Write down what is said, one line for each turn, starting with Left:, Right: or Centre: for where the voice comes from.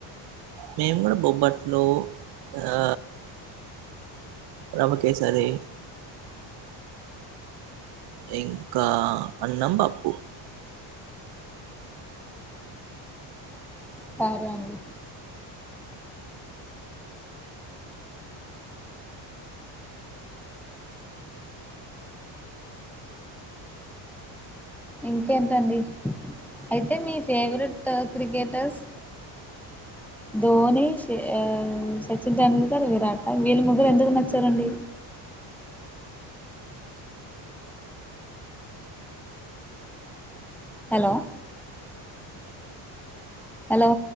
Right: మేము కూడా బొబ్బట్లు ఆ రవ్వ కేసరి ఇంకా అన్నం బప్పు
Centre: సరే అండి ఇంకేంటండి అయితే మీ ఫేవరెట్ క్రికెటర్స్ ధోని ఆ సచిన్ టెండూల్కర్ విరాట వీళ్ళ ముగ్గురు ఎందుకు నచ్చారండి హలో హలో